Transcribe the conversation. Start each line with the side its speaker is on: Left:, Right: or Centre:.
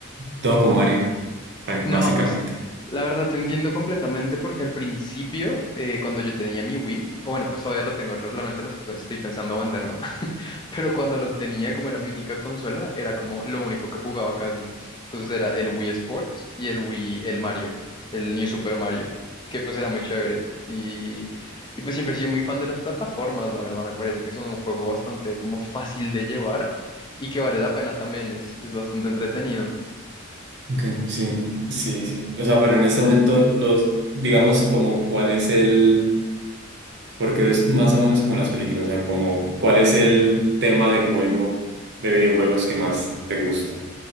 Right: todo con Mario, práct-
Left: No,
Right: básicamente.
Left: pues la verdad te entiendo completamente porque al principio, eh, cuando yo tenía mi Wii, o bueno, pues todavía lo tengo, realmente lo estoy, estoy pensando venderlo. pero cuando lo tenía, como era mi única consola, era como lo único que jugaba casi. Entonces era el Wii Sports y el Wii, el Mario, el New Super Mario, que pues era muy chévere. Y, y pues siempre he sido muy fan de las plataformas, la verdad, me parece que es un juego bastante como fácil de llevar y que vale la pena también, es, es bastante entretenido.
Right: Ok, sí, sí, sí. O sea, pero en este momento los, digamos como cuál es el, porque es más o menos como en las películas, o sea, como cuál es el tema de juego, de videojuegos que más te gusta.